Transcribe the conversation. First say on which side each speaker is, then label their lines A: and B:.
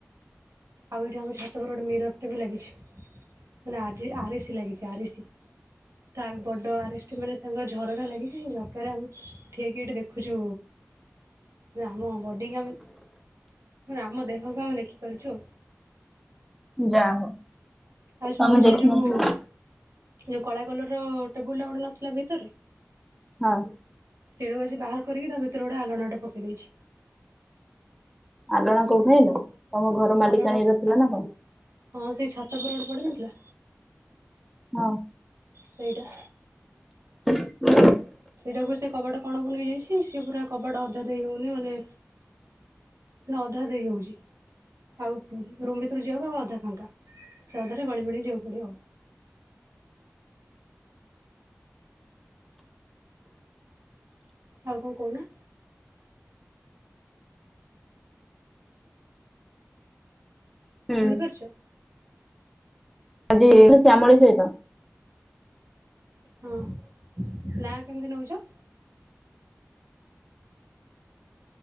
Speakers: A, on the right; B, in the centre.
A: ଆଉ ଏଇଠି ଆମ ଛାତ ଉପର ଗୋଟେ ମିରର ଟେ ବି ଲାଗିଛି ମାନେ ଆ ଆରିଷି ଲାଗିଛି ଆରିସୀ। ତା ବଡ ଆରସ୍ ମାନେ ତାଙ୍କର ଝରକା ଲାଗିଛି ସେ ଝରକାରେ ଆମେ ଠିଆହେଇକି ଏଠି ଦେଖୁଛୁ ନା ଆମ ବଡିବାମ୍ ମୁଁ ଆମ ଦେହକୁ ଆମେ ଦେଖିପାରୁଛୁ।
B: ଯା ହଉ।
A: ଆଉ ଶୁଣ
B: ତମେ
A: ଆମର
B: ଦେଖିନଥିଲ
A: ସେଇ ଯୋଉ ଯୋଉ କଳା କଲର ର ଟେବୁଲ ଟା ଗୋଟେ ନଥିଲା ଭିତରେ
B: ହଁ
A: ସେଇଟାକୁ ଆଛି ବାହାର କରିକି ତା ଭିତରେ ଗୋଟେ ଆଲଣାଟା ପକେଇ ଦେଇଚି।
B: ଆଲଣା କୋଉଠି ହେଲ ତମ ଘର ମାଲିକାଣୀ
A: ଆଲଣା
B: ର ଥିଲା ନା କଣ?
A: ହଁ ସେଇ ଛାତ ଉପରେ ଗୋଟେ ପଡିନଥିଲା
B: ହଁ
A: ସେଇଟା।
B: <inaudible>
A: ସେଇଟାକୁ ସେ କବାଟ କଣ କୁ ନେଇଯାଇଛି ସେି ପୁରା କବାଟ ଅଧା ଦେଇ ହଉନି ମାନେ ଅଧା ଦେଇ ହୋଉଚି। ଆଉ ରୁମ୍ ଭିତରୁ ଯିବାକୁ ଆଉ ଅଧା ଫାଙ୍କା ସେ ଅଧାରେ ଗଳି ଫଳ ଯିବାକୁ ପଡ଼ିଆଉ। ଆଉ କଣ କହୁନା?
B: ହୁଁ
A: ଶୁଣିପାରୁଛ
B: ଆଜି ଶ୍ୟାମଳୀ ସହିତ।
A: ହଁ ନା କେମିତି ନଉଚ?